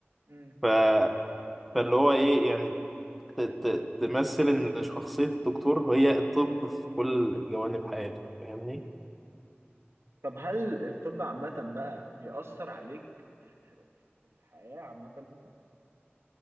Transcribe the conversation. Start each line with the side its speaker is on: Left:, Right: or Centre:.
Right: مم.
Centre: ف... فاللي هو ايه يعني ت- ت- تمثل إن شخصية الدكتور هي الطب في كل جوانب حياته فاهمني؟
Right: طب هل الطب عامة بقى بيأثر عليك في الحياة عامة أنت